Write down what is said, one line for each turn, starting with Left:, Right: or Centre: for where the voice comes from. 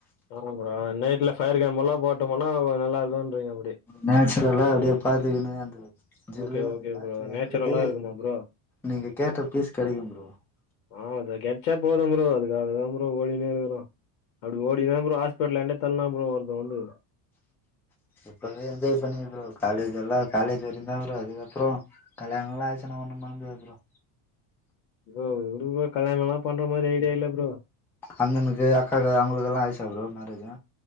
Left: ஆமா ப்ரோ நைட்ல ஃபயர் கேம்ப் எல்லா போட்டமன்னா கொஞ்சோ நல்லா இருக்குன்றீங்க அப்டி
Centre: நேச்சர்லா அப்டியே பாத்துக்குணு அந்த ஜில்லுன்னு
Left: ஓகே,
Centre: அந்த
Left: ஓகே
Centre: காத்து
Left: ப்ரோ.
Centre: வர்றதுக்கு
Left: நேச்சுரலா இருக்குமா ப்ரோ?
Centre: நீங்க கேட்ட பீஸ் கிடைக்கும் ப்ரோ
Left: ஆ அது கெடைச்சா போதும் ப்ரோ அதுக்காக தா ப்ரோ ஓடினு இருக்கறோ அப்டி ஓடி தா ப்ரோ ஹாஸ்பிட்டல என்ட்ட தள்னா ப்ரோ ஒருத்த வந்து
Centre: இப்பவே என்ஜாய் பண்ணிக்க ப்ரோ காலேஜ் எல்லா காலேஜ் வரை தா ப்ரோ அதுக்கப்றோ கல்யாணம் எல்லா ஆச்சுன்னா ஒண்ணும் பண்ண முடியாது ப்ரோ
Left: ப்ரோ உடு ப்ரோ கல்யாணம் எல்லா பண்ற மாறி ஐடியா இல்ல ப்ரோ
Centre: அண்ணனுக்கு அக்காக்கு அவங்களுக்கெல்லா ஆயிடுச்சா ப்ரோ மேரேஜு